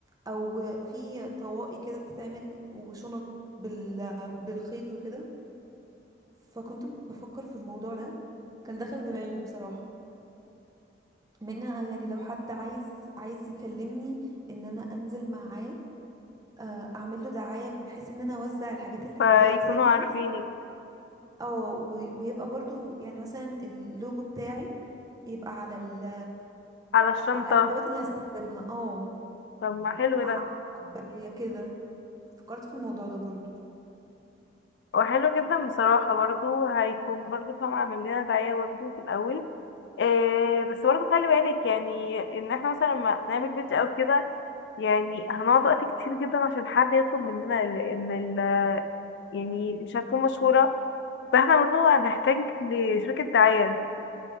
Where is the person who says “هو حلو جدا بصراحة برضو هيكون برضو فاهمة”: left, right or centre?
Left